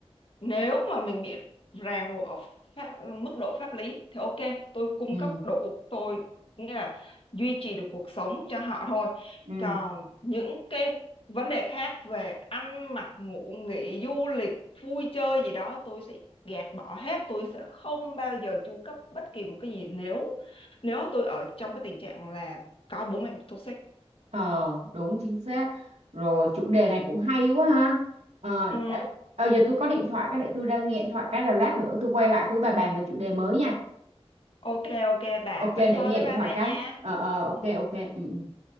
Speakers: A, on the left (about 60°); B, on the right (about 85°).
A: nếu mà mình bị ràng buộc ở pháp, mức độ pháp lý thì ok tôi cung
B: ừ
A: cấp đủ tôi nghĩa là duy trì được cuộc sống cho họ thôi
B: ừ
A: còn những cái vấn đề khác về ăn mặc ngủ nghỉ du lịch vui chơi gì đó tôi sẽ gạt bỏ hết tôi sẽ không bao giờ chu cấp bất kỳ một cái gì nếu nếu tôi ở trong cái tình trạng là có bố mẹ toxic
B: Ờ đúng chính xác Rồi chủ đề này cũng hay quá ha Ờ
A: ừ,
B: ê, ờ, giờ tôi có điện thoại cái để tôi ra nghe điện thoại cái là lát nữa tôi quay lại tôi bà bàn về chủ đề mới nha
A: ok ok bà
B: Ok
A: vậy
B: để
A: thôi
B: nghe
A: bye
B: điện
A: bye
B: thoại
A: bà
B: cái
A: nha
B: Ờ ờ ok
A: ừ.
B: ok ừ, ừ.